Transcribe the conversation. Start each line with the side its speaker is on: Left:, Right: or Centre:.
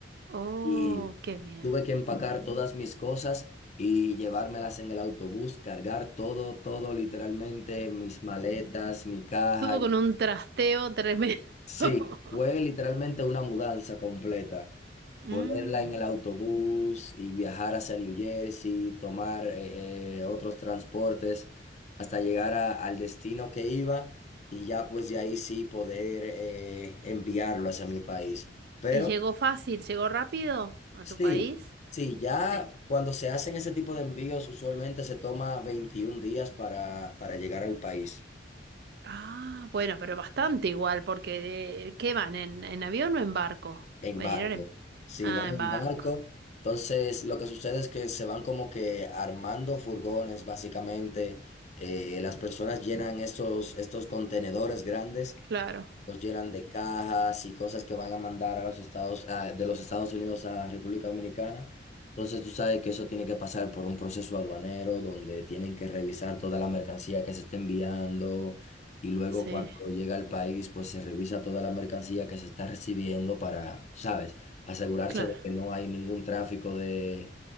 Right: Oh,
Left: Y
Right: qué bien.
Left: tuve que empacar todas mis cosas y llevármelas en el autobús, cargar todo, todo literalmente, mis maletas, mi caja.
Right: Todo con un trasteo tremendo.
Left: Sí,
Right: <laughs>
Left: fue literalmente una mudanza completa.
Right: Mm,
Left: ponerla en el autobús y viajar hacia New Jersey, tomar eh, eh, otros transportes hasta llegar a- al destino que iba y ya pues de ahí sí poder eh, enviarlo hacia mi país. Pero
Right: ¿Y llegó fácil, llegó rápido a
Left: sí,
Right: tu país?
Left: sí, ya
Right: Sí.
Left: cuando se hacen ese tipo de envíos usualmente se toma 21 días para, para llegar al país.
Right: Ah, bueno, pero bastante igual, porque eh, ¿qué van? ¿En, en avión o en barco?
Left: En
Right: ¿Me
Left: barco.
Right: dirán en...
Left: Sí,
Right: Ah,
Left: van
Right: en
Left: en
Right: barco.
Left: barco. Entonces, lo que sucede es que se van como que armando furgones, básicamente. Eh, las personas llenan estos, estos contenedores grandes
Right: Claro.
Left: los llenan de cajas y cosas que van a mandar a los Estados, a- de los Estados Unidos a República Dominicana. Entonces tú sabes que eso tiene que pasar por un proceso aduanero donde tienen que revisar toda la mercancía que se está enviando y luego
Right: Sí,
Left: cuando llega al país pues se revisa toda la mercancía que se está recibiendo para, sabes, asegurarse
Right: claro.
Left: de que no hay ningún tráfico de